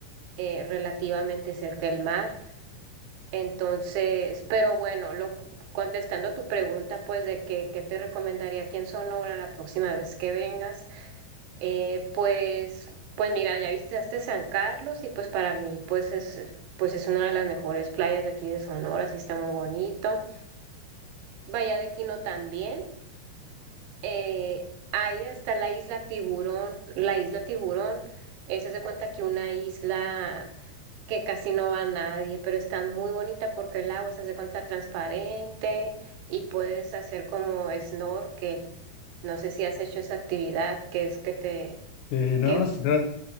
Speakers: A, on the right (about 80°); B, on the left (about 85°).
A: eh, relativamente cerca el mar. Entonces, pero bueno, lo, contestando tu pregunta, pues de que, qué te recomendaría aquí en Sonora la próxima vez que vengas, eh, pues, pues mira, ya visitaste San Carlos y pues para mí pues es, pues es una de las mejores playas de aquí de Sonora, sí está muy bonito. Bahía de Quino también. Eh, ahí está la isla Tiburón. La isla Tiburón, esa se cuenta que una isla que casi no va nadie, pero está muy bonita porque el agua se hace cuenta transparente y puedes hacer como snorkel. No sé si has hecho esa actividad que es que te
B: Eh, no,
A: que
B: s- ra-